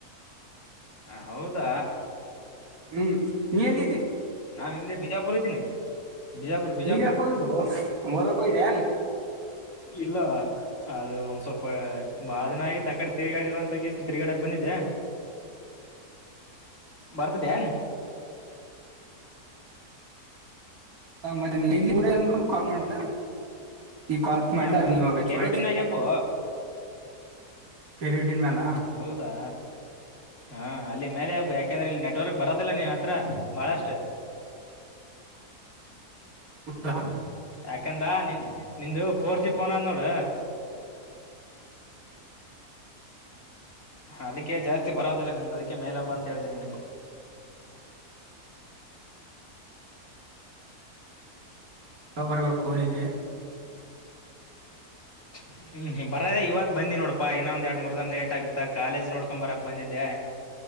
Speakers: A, on the left; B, on the right.
A: ಹ ಹೌದಾ.
B: ಹ್ಮ್ ನೀ ಎಲ್ಲಿದ್ದೀ?.
A: ನಾನು ಇಲ್ಲಿ ಬಿಜಾಪುರ ಇದ್ದೀನಿ. ಬಿಜಾಪುರ್
B: ಅಲ್ಲಿಗೆ
A: ಬಿಜಾಪುರ್
B: ಹಯು ಹೊರ ಬಯ್ದ ಏನ್.
A: ಇಲ್ಲ. ಅದು ಒಂದ್ ಸ್ವಲ್ಪ ಬಾಳ ದಿನ ಆಯತ್ ಆ ಕಡೆ ತಿರ್ಗಾಡಿ ಇಲ್ಲ ಅಂತಂಗ ತಿರ್ಗಾಡಕ್ ಬಂದಿದ್ದೆ. ಬರತ ನ್.
B: ಹ ಮತ್ತೆ ಇಲ್ಲಿ ಊಂದ್ರ ಕಾಲ್ ಮಾಡ್ದ. ನೀವ ಕಾಲ್ಪ್
A: ಹಾ
B: ಮಾಡ್ಲ
A: ಹಾ
B: ಅ ನೀವ್
A: ಹಾ ಕೆರೋಡಿನಾಗ
B: ಹೊಳಿದಲ್ಲ
A: ಹಬ್ಬು
B: ಪರಿ ಹಟ್ಟಿದ ಮ್ಯಾಲ <inaudible>
A: ಹೌದಾ ಹ ಅಲ್ಲಿ ಮೇಲೆಬ ಯಾ. ಯಾಕಂದ್ರೆ ಇಲ್ಲಿ ನೆಟ್ವರ್ಕ್ ಬರದಲ್ಲ ನೀನ್ ಹತ್ರ ಬಾಳಷ್ಟು.
B: ಕುತಾ.
A: ಯಾಕಂದ್ರ ನಿನ್ ನಿಂದು ಫೋರ್ ಜಿ ಫೋನ್ ಅಂದ್ ನೋಡ್. ಅದಕ್ಕೆ ಜಾಸ್ತಿ ಬರೋದಿಲ್ಲ ನಿಂದ ಅದಕ್ಕೆ ಮೇಲ್ ಬಾ ಅಂತ ಹೇಳಿದೆನೆ ನಿನಗೆ.
B: ಬರ್ಬೇಕು ಊರಿಗೆ.
A: ಹ್ಮ. ಹ್ಮ್ ಹ್ ಬರದ ಇವತ್ತು ಬಂದಿ ನೋಡಪಾ ಇನ್ನೊಂದ ಎರಡು ಮೂರ್ ದನ ಲೇಟ್ ಆಗಿ ಕಾಲೇಜ ನೋಡ್ಕೊಬರಾಕ್ ಬಂದಿದ್ದೆ.